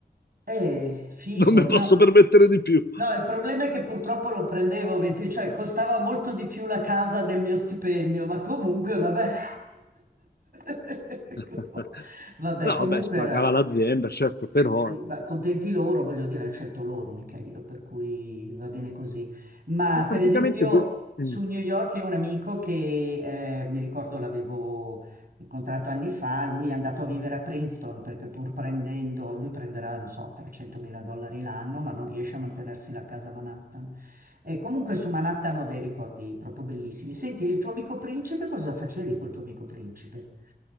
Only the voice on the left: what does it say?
Non mi posso
permettere di più.
<laughs>
No,
vabbè, spagava
l'azienda, certo, però
eh, praticamente
tu... Mm.